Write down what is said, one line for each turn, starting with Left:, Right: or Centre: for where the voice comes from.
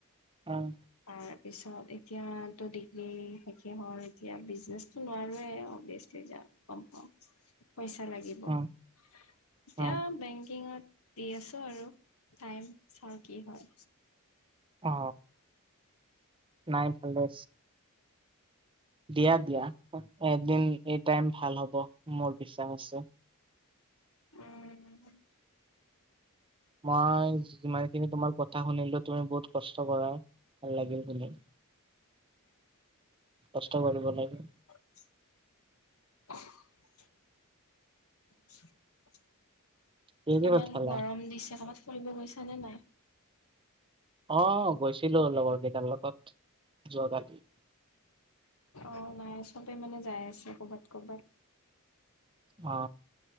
Right: উম
Left: তাৰ পিছত এতিয়াতো ডিগ্ৰী শেষেই হল এতিয়া বিজনেচটো নোৱাৰোৱে বেচ যা কম পাম পইচা লাগিব এতিয়া
Right: উম। উম,
Left: বেংকিঙত দি আছো আৰু টাইম চাওঁ কি হয়
Right: অ, নাই ভালে। দিয়া, দিয়া এদিন এই টাইম ভাল হ'ব মোৰ বিশ্বাস আছো।
Left: উম।
Right: মই যিমানখিনি তোমাৰ কথা শুনিলো তুমি বহুত কষ্ট কৰা। ভাল লাগিল ম কষ্ট কৰিব লাগে।
Left: <inaudible> <inaudible>
Right: কিহেদি
Left: ইমান
Right: ভাত খালা?
Left: গৰম দিছে কোবাত ফুৰিব গৈছ নে নাই।
Right: আহ গৈছিলো লগৰ কেইটাৰ লগত যোৱ কালি।
Left: অ, নাই চবে মানে যাই আছে কৰ'বাত, কৰ'বাত।
Right: অ,